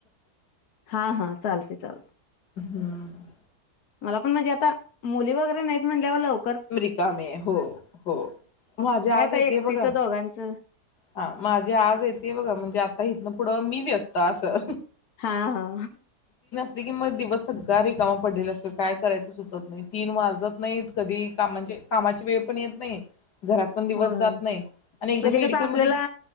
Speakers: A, on the left; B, on the left.
A: हा हा चालते चाल
B: हम्म
A: मला पण म्हणजे आता मुली वगैरे नाहीेत म्हटल्यावर लो
B: अमरिका मे हो हो माझ्या
A: काय
B: आज
A: आता
B: येतेय
A: एकटीचं
B: बघा
A: दोघांचं
B: हा माझ्या आज येतेय बघा म्हणजे आता इथं पुढं मी व्यस्त आसल
A: हा हा
B: की मग दिवस सगळा रिकामा पडलेला असतो काय करायचं सुचत नाही तीन वाजत नाहीत कधी का म्हणजे कामाची वेळ पण येत नाही घरात पण दिवस
A: होय
B: जात नाही आणि एकदा
A: म्हणजे
B: मेडिकलमध्ये
A: कसं आपल्याला